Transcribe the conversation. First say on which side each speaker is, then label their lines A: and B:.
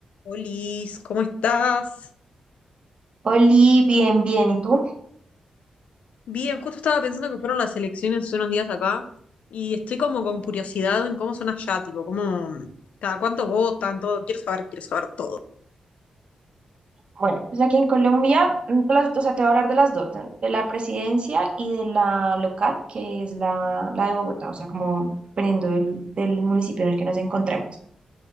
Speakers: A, on the left; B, on the right.
A: Olis, ¿cómo estás?
B: Oli, bien, bien. ¿Y tú?
A: Bien, justo estaba pensando que fueron las elecciones hace unos días acá y estoy como con curiosidad en cómo son allá, tipo, cómo, cada cuánto votan, todo. Quiero saber, quiero saber todo.
B: Bueno, pues aquí en Colombia, mm, pues las- o sea, te voy a hablar de las dos, de, de la presidencia y de la local, que es la, la de Bogotá, o sea, como dependiendo del, del municipio en el que nos encontremos.